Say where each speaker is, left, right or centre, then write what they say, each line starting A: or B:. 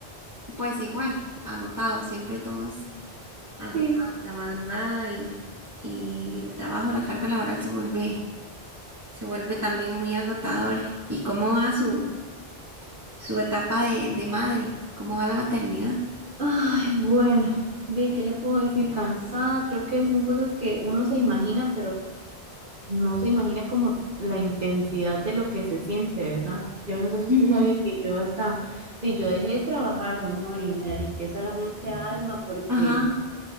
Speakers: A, on the right (about 20°); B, on the right (about 55°).
A: Pues igual, agotado, siempre todos agotados.
B: Sí.
A: La madrugada y, y el trabajo, la carga laboral se vuelve, se vuelve también muy agotador. ¿Y cómo va su, su etapa de, de madre? ¿Cómo va la maternidad?
B: Ay, bueno, ¿de qué le puedo decir? Cansada, creo que son cosas que uno se imagina, pero no se imagina como la intensidad de lo que se siente, ¿verdad? Yo no sé si usted
A: Ujú.
B: sabía que yo hasta, sí, yo dejé de trabajar mejor y me dediqué solamente a Alma porque,
A: Ajá,